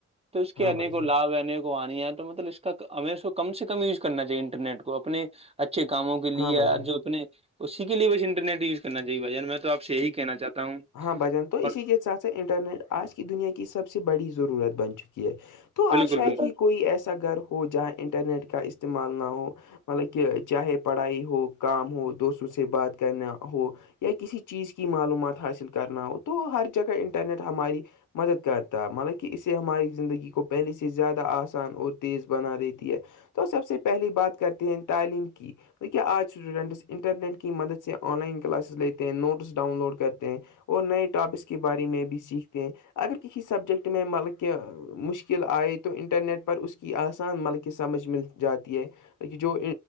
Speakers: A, on the right; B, on the left.
A: تو اس کے
B: ہاں
A: انیکوں
B: بھائی جان
A: لابھ ہے انیکوں آنی ہے تو مطلب اس کا ہمیں اس کو کم سے کم یوز کرنا چاہیے انٹرنیٹ کو اپنے اچھے کاموں کے لیے
B: ہاں بھائی
A: آ
B: جان
A: جو اپنے اسی کے لیے بس انٹرنیٹ وز کرنا چاہے بھائی جان میں تو آ سے یہی کہنا چاہتا ہوں
B: ہاں بجن تو اسی
A: اور
B: کے ساتھ سھ انٹرنیٹ آج کی دنیا کی سب سے بڑی ضرورت بن چکی ہے تو آج
A: بالکل
B: شاید
A: بالکل
B: ہی کوئی ایسا گھر ہو جہاں انٹرنیٹ کا استعمال نہ ہو مطلب کہ چاہے پڑھائی ہو کام ہو دوستوں سے بات کرنا ہو یا کسی چیز کی معلومات حاصل کرنا ہو تو ہر جگہ انٹرنیٹ ہماری مدد کرتا ہے مالکہ اسے ہماری زندگی کو پہلے سے زیادہ آسان اور تیز بنا دیتی ہے تو سب سے پہلی بات کرتے ہیں تعلیم کی تو کیا آج اسٹوڈنٹس انٹرنیٹ کی مدد سے آن لائن کلاسز لیتے ہیں نوٹس ڈاؤن لوڈ کرتے اور نئے ٹاپکس کے بارے میں بھی سیکھتے ہیں اگر کسی سبجیکٹ میں مطلب کہ مشکل آئے تو انٹرنیٹ پر اس کی آسان ملکہ سمجھ مل جاتی ہے جو